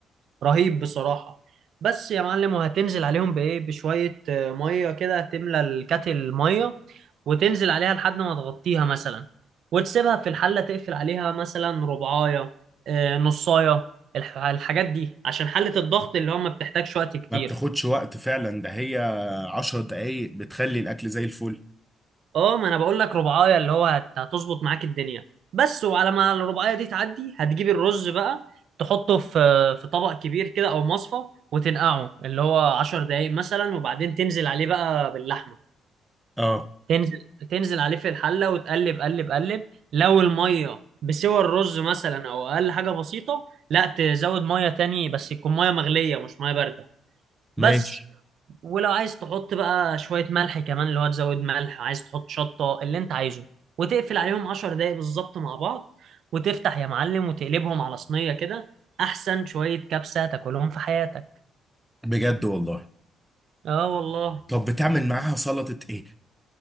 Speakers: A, on the right (about 65°); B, in the centre.
A: رهيب بصراحة بس يا معلم وهتنزل عليهم بإيه بشوية آه، مية كده تملى الكاتل مية وتنزل عليها لحد ما تغطيها مثلا وتسيبها في الحلة تقفل عليها مثلا ربعاية آه، نصاية الح- الحاجات دي عشان حلة الضغط اللي هو ما بتحتاجش وقت كتير
B: ما بتاخدش وقت فعلا ده هي عشر دقايق بتخلي الاكل زي الفل
A: اه ما انا بقول لك رباعية اللي هو هت- هتظبط معاك الدنيا بس وعلى ما الرباعية دي تعدي هتجيب الرز بقى تحطه في في طبق كبير كده او مصفى وتنقعه اللي هو عشر دقايق مثلا وبعدين تنزل عليه بقى باللحمة
B: اه
A: تنزل تنزل عليه في الحلة وتقلب قلب قلب لو المية بسوى الرز مثلا او اقل حاجة بسيطة لا تزود مية تاني بس يكون مية مغلية مش مية باردة
B: ماشي
A: بس ولو عايز تحط بقى شوية ملح كمان اللي هو تزود ملح عايز تحط شطة اللي انت عايزه وتقفل عليهم عشر دقايق بالظبط مع بعض وتفتح يا معلم وتقلبهم على صينية كده أحسن شوية كبسة تاكلهم في حياتك
B: بجد والله
A: اه والله
B: طب بتعمل معاها سلطة ايه